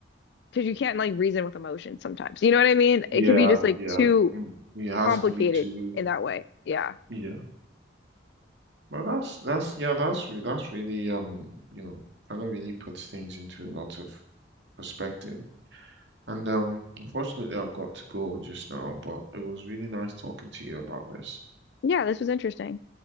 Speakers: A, on the left; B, on the right.
A: because you can't like reason with emotion sometimes. You know what I mean? It
B: Yeah,
A: could be just like
B: yeah.
A: too
B: Mm, It has
A: complicated
B: to be too.
A: in that way. Yeah.
B: Yeah. Well, that's that's yeah, that's re that's really um, you know, kind of really puts things into a lot of perspective. And um, unfortunately, I've got to go just now, but it was really nice talking to you about this.
A: Yeah, this was interesting.